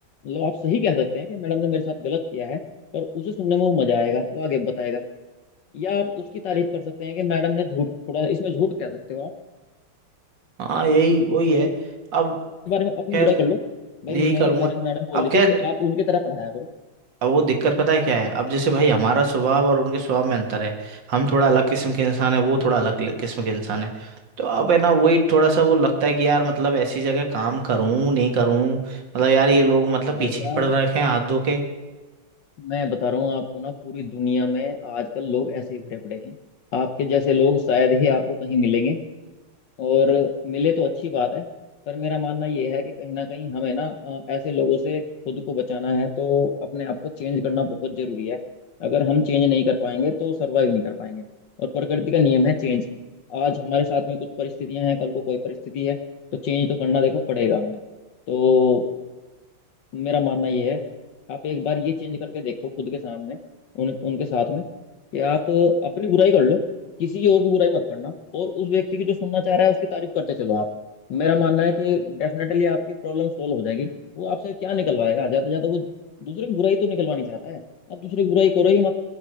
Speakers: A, on the left; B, on the right.
A: मतलब आप सही कह सकते हैं कि मैडम ने मेरे साथ गलत किया है पर उसे सुनने में वो मजा आएगा वो आगे बताएगा या आप उसकी तारीफ कर सकते हैं कि मैडम ने झूठ थोड़ा इसमें झूठ कह सकते हो आप
B: हाँ यही वही है अब
A: इस बारे में अपनी
B: खैर
A: बुराई कर लो भाई
B: यही करूंगा
A: मेरे बारे में मैडम
B: अब
A: बोल रही
B: क्या
A: थी कि आप उनकी तरह पढ़ाया करो
B: अब वो दिक्कत पता है क्या है अब जैसे भाई हमारा स्वभाव और उनके स्वभाव में अंतर है हम थोड़ा अलग किस्म के इंसान है वो थोड़ा अलग ल- किस्म के इंसान है तो अब है ना वही थोड़ा सा वो लगता है कि यार मतलब ऐसी जगह काम करूं नहीं करूं मतलब यार ये लोग मतलब
A: भाई
B: पीछे
A: साहब
B: पड़ रखे हैं हाथ धो के
A: मैं बता रहा हूँ आपको ना पूरी दुनिया में आजकल लोग ऐसे ही भरे पड़े हैं आपके जैसे लोग शायद ही आपको कहीं मिलेंगे और मिले तो अच्छी बात है पर मेरा मानना ये है कि कहीं ना कहीं हमें ना अ, ऐसे लोगों से खुद को बचाना है तो अपने आप को चेंज करना बहुत जरूरी है अगर हम चेंज नहीं कर पाएंगे तो सर्वाइव नहीं कर पाएंगे और प्रकृति का नियम है चेंज आज हमारे साथ में कुछ परिस्थितियां हैं कल को कोई परिस्थिति है तो चेंज तो करना देखो पड़ेगा हमें तो मेरा मानना ये है आप एक बार ये चेंज करके देखो खुद के सामने उन उनके साथ में कि आप अपनी बुराई कर लो किसी और की बुराई मत करना और उस व्यक्ति की जो सुनना चाह रहा है उसकी तारीफ करते चलो आप मेरा मानना है कि डेफिनेटली आपकी प्रॉब्लम सोल्व हो जाएगी वो आपसे क्या निकलवाएगा ज्यादा से ज्यादा वो दूसरे की बुराई तो निकलवानी चाहता है आप दूसरे की बुराई करो ही मत